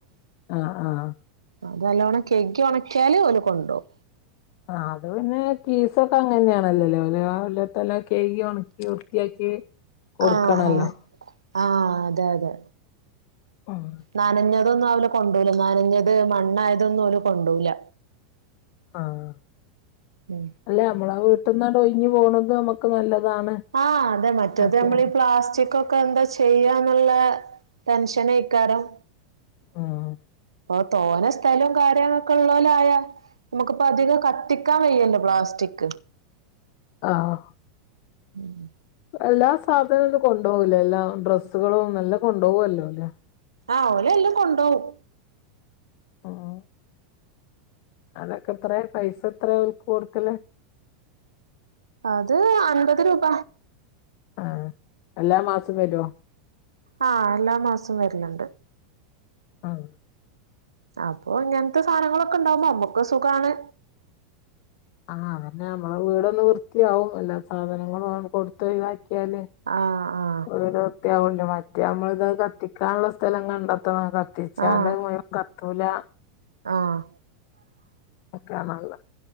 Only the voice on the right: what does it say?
അതല്ലോണം കെയ്കി ഒ ണക്കിയാല് ഓല് കൊണ്ടോവും
ആഹ് ആഹ് ആഹ് അതെ അതെ
നനഞ്ഞതൊന്നും അവല് കൊണ്ടോവൂല നനഞ്ഞത് മണ്ണായതൊന്നും ഓല് കൊണ്ടോവൂല്ല
ഉം
ആഹ് അതെന്നെ മറ്റേത്
നമ്മളീ ഈ പ്ലാസ്റ്റിക്കും ക്കെന്താ ചെയ്യാന്നുള്ള ടെൻഷനൈക്കാരം
ഇപ്പൊ തോന്ന സ്ഥലവും കാര്യങ്ങളൊക്കെള്ള ലായാൽ നമുക്കിപ്പ അധികം കത്തിക്കാൻ വയ്യല്ലോ പ്ലാസ്റ്റിക്ക്
ഉം
ആഹ് ഓല് എല്ലാം കൊണ്ടോവും
അത് അൻപത് രൂപ
ആഹ് എല്ലാ മാസോം വരുന്നുണ്ട്
അപ്പൊ ഇങ്ങനത്തെ സാധനങ്ങളൊക്കെ ഉണ്ടാകുമ്പോ നമ്മക്കും സുഖാണ്
ആഹ് ആഹ്
ആഹ്
ആഹ്